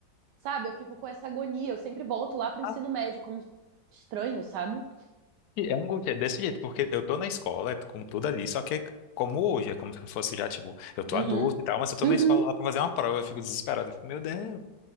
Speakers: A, on the right; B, on the left.
A: Sabe? Eu fico com essa agonia. Eu sempre volto lá pro ensino
B: Ah,
A: médio, como estranho, sabe?
B: e É angústia, é desse jeito, porque eu tô na escola, com tudo ali, só que é como hoje, é como se eu fosse já, tipo, eu tô
A: Uhum.
B: adulto e tal, mas eu tô
A: Uhum.
B: na escola lá pra fazer uma prova, eu fico desesperado. Eu fico, meu Deus.